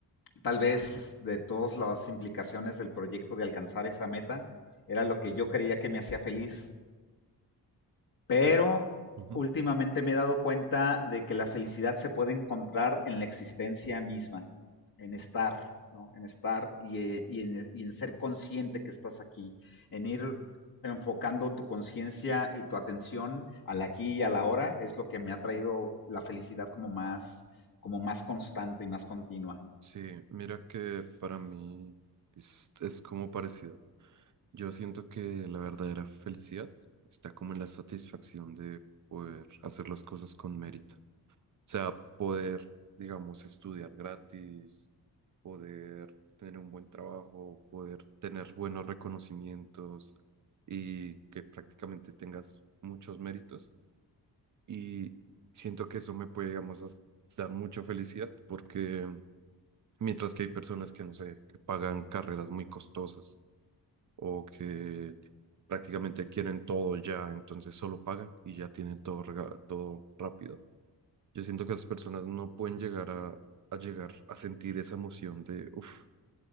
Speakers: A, on the left; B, on the right.
A: tal vez de todas las implicaciones del proyecto de alcanzar esa meta era lo que yo creía que me hacía feliz pero
B: Pues, Ujú.
A: últimamente me he dado cuenta de que la felicidad se puede encontrar en la existencia misma, en estar, ¿no? En estar y, eh, y en, y en ser consciente que estás aquí, en ir enfocando tu conciencia y tu atención al aquí y a la hora, es lo que me ha traído la felicidad como más, como más constante y más continua.
B: Sí, mira que para mí es, es como parecido. Yo siento que la verdadera felicidad está como en la satisfacción de poder hacer las cosas con mérito. O sea, poder, digamos, estudiar gratis, poder tener un buen trabajo, poder tener buenos reconocimientos y que prácticamente tengas muchos méritos. Y siento que eso me puede, digamos, as- dar mucha felicidad porque mientras que hay personas que, no sé, que pagan carreras muy costosas o que prácticamente quieren todo ya, entonces solo pagan y ya tienen todo, rega- todo rápido. Yo siento que esas personas no pueden llegar a, a llegar a sentir esa emoción de, uff,